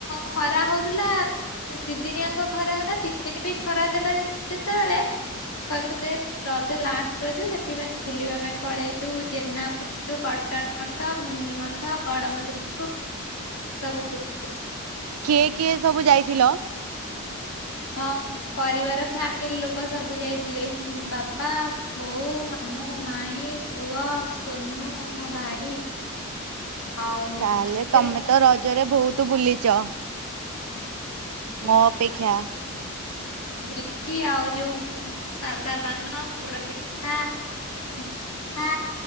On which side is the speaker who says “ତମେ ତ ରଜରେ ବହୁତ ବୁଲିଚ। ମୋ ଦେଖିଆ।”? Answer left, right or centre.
Right